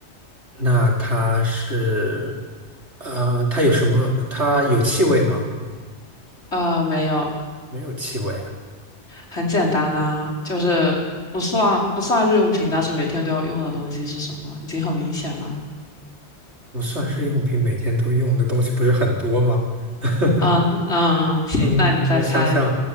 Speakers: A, on the right (about 75°); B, on the left (about 70°).
A: 那它是，呃，它有什么？它有气味吗？
B: 嗯，呃，没有，
A: 没有气味啊，
B: 很简单呐、就是不算不算日用品，但是每天都要用的东西是什么？已经很明显了。
A: 不算日用品，每天都用的东西不是很多吗？<laughs>
B: 嗯嗯嗯，行，
A: 嗯，
B: 那你再猜。
A: 我想想，